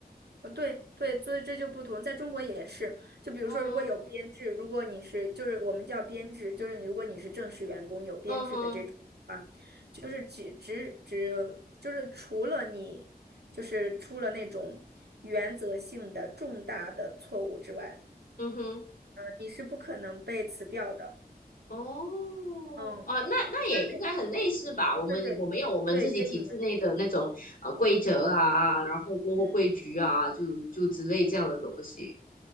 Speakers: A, on the right; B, on the left.
A: 呃，对对，所以这就不同，在中国也是。就比如说，
B: 嗯
A: 如果有编制，如果你是就是我们叫编制，就是你如果你是正式员工有编制的这种啊，
B: 嗯哼
A: 就是只只只就是除了你就是出了那种原则性的重大的错误之外，
B: 嗯哼，
A: 呃你是不可能被辞掉的。
B: 哦啊，
A: 嗯，
B: 那那也应该很类似吧？
A: 就是那
B: 我们我们有我们自己体制内的那种呃规则啊，
A: 对对对，跟你们。
B: 然后过后规矩啊，
A: 嗯。
B: 就就之类这样的东西。